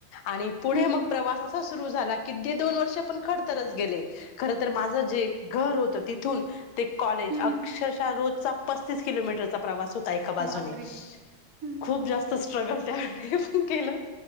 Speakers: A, on the left (about 85°); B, on the right (about 60°).
A: आणि
B: हम्म
A: पुढे मग प्रवास असा सुरू झाला की दोन वर्ष आपण खर तररच गेले खर तर माझं जे र होत तिथून ते कॉलेज
B: हम्म
A: अक्षरशः रोजचा पस्तीस किलोमीटरचा प्रवास हो एका बाजूने
B: बापरे हम्म
A: खूप जास्त स्ट्रगल प केलं